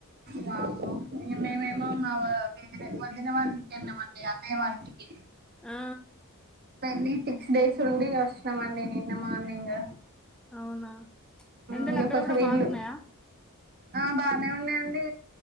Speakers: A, on the right (about 45°); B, in the centre.
A: వామ్మో మేమేమో మా వేరే వదిన వాళ్ళకి ఇంటికి వెళ్ళామండి అన్నయ్య వాళ్ళ ఇంటికి
B: ఆ
A: వెళ్లి సిక్స్ డేస్ ఉండి వస్తున్నామండి నిన్న మార్నింగ్
B: అవునా ఎండలు
A: ఇంగ
B: అక్కడ
A: కొంచెం
B: కూడా బాగున్నాయా
A: ఇల్లు ఆ బానే ఉన్నాయండి